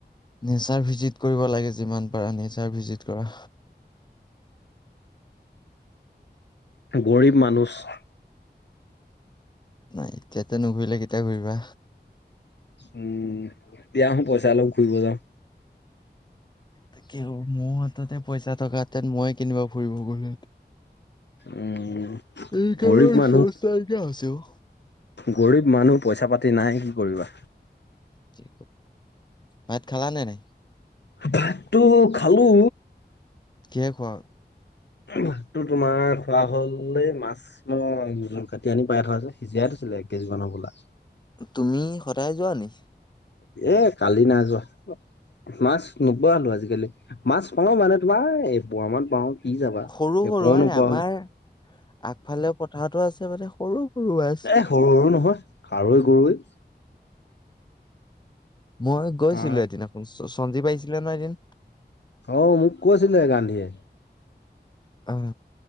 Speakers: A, on the left (about 25°); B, on the left (about 80°).
A: নেচাৰ ভিজিট কৰিব লাগে যিমান পাৰা নেচাৰ ভিজিট কৰা।
B: গৰীব মানুচ।
A: নাই, এতিয়াতে নুঘুৰিলে কেতিয়া ঘূৰিবা?
B: উম, এতিয়া আহোঁ পইচা অলপ ফুৰিব যাওঁ।
A: তাকে মোৰ হাততে পইচা থকা হেতেন, মই এ কেনিবা ফুৰিব গলো
B: উম
A: হে
B: গৰীব মানুহ
A: <unintelligible>
B: গৰীব মানুহ পইচা পাতি নাই কি কৰিবা।
A: কি ভাত খালা নে নাই?
B: ভাতটো খালো।
A: কিহে খোৱা?
B: ভাতটো তোমাৰ খোৱা হলে, এই মাছ মই কাটি আনি পাই থোৱা, সিজাই <unintelligible> এক কেজি মন হবলা।
A: তুমি সদায় যোৱা নি?
B: এ কালি নাই যোৱা, মাছ নোপোৱা হলো আজিকালি। মাছ পাওঁ মানে তোমাৰ, এপোৱা মান পাওঁ। কি যাবা।
A: সৰু
B: এপোৱাও
A: সৰু হয়নে,
B: নোপোৱা
A: আমাৰ
B: হ'ল
A: আগফালে পথাৰতো আছে মানে সৰু সৰু মাছ
B: এ সৰু সৰু নহয়, খাৰৈ, গৰুৱৈ।
A: মই গৈছিলো
B: অ
A: এদিন, সঞ্জীৱ আহিছিলে নহয় এদিন।
B: অ', মোক কৈছিলে গান্ধীয়ে।
A: অ'।